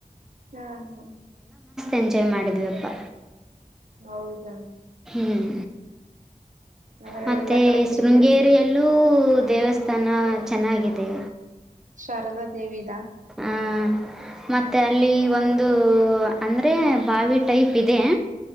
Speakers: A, on the right; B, in the centre.
A: ಹಾ ಹಾ
B: ಎಂಜಾಯ್ ಮಾಡಿದೀವಪ್ಪ.
A: ಹೌದಾ?
B: ಹ್ಮ್
A: ಆದ್ರೆ
B: ಮತ್ತೆ
A: ಎಲ್ಲಾ ಕಡೆ ತಿರುಗಾಡಿರಿ
B: ಶೃಂಗೇರಿಯಲ್ಲೂ ದೇವಸ್ಥಾನ ಚೆನ್ನಾಗಿದೆ.
A: ಶಾರದಾದೇವಿದಾ?
B: ಹಾ ಮತ್ತ್ ತ್ತೆ ಅಲ್ಲಿ ಒಂದು ಓ ಅಂದರೆ ಬಾವಿ ಟೈಪ್ ಇದೆ.